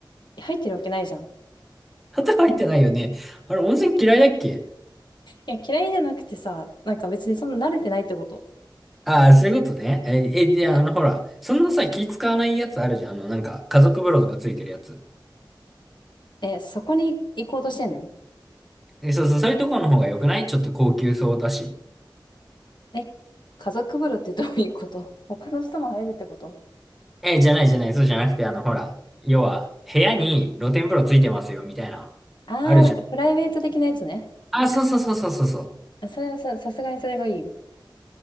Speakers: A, on the left; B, in the centre.
A: 入ってるわけないじゃん。
B: 砂糖入ってないよね。あれ、温泉嫌いだっけ
A: いや、嫌いじゃなくてさ、なんか別にそんな慣れてないってこと。
B: ああー、そういうことね。え、え、じゃあ、あの、ほら、そんなさ、気使わないやつあるじゃん。あの、なんか、家族風呂とかついてるやつ。
A: え、そこに行こうとしてんの
B: え、そうそう、そういうとこの方が良くないちょっと高級そうだし。
A: え、家族風呂ってどういうこと他の人も入るってこと
B: え、じゃないじゃない、そうじゃなくて、あの、ほら、要は、部屋に露天風呂ついてますよ、みたいな。
A: あー、
B: あるじゃん。
A: なんかプライベート的なやつね。
B: あー、そうそうそうそうそうそう。
A: あそれはさ、さすがにそれがいいよ。